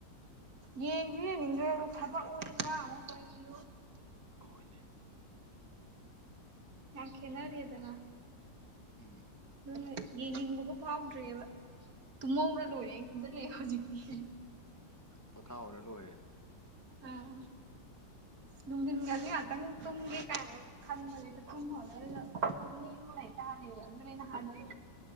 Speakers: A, on the right; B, on the left.
A: ꯌꯦꯡꯁꯨ ꯌꯦꯡꯅꯤꯡꯗ꯭ꯔꯦ ꯊꯕꯛ ꯑꯣꯏꯅꯤꯡꯕ ꯑꯃꯨꯛ ꯀꯔꯤ
B: ꯍꯣꯏꯅꯦ
A: ꯌꯥꯝ ꯈꯦꯅꯔꯦꯗꯅ
B: ꯎꯝ
A: ꯑꯗꯨꯅ ꯌꯦꯡꯅꯤꯡꯕꯒ ꯐꯥꯎꯗ꯭ꯔꯦꯕ ꯇꯨꯝꯍꯧꯔ ꯂꯣꯏꯔꯦ ꯈꯟꯖꯤꯜꯂꯛꯑꯦ ꯍꯧꯖꯤꯛꯇꯤ
B: ꯄꯣꯊꯥ ꯑꯣꯔꯂꯣ ꯑꯣꯏꯔꯦꯟ
A: ꯑꯝ ꯅꯨꯡꯊꯤꯟꯒꯁꯤ ꯉꯍꯥꯛꯇꯪ ꯇꯨꯝꯒꯦ ꯀꯥꯏꯅ ꯈꯟꯕꯅꯦꯦ ꯇꯨꯝꯍꯣꯗꯅ ꯇꯨꯝꯅꯤꯡꯕꯅ ꯍꯇꯥ ꯍꯦꯗ ꯑꯗꯨꯅꯩꯅ ꯍꯥꯟꯅꯩ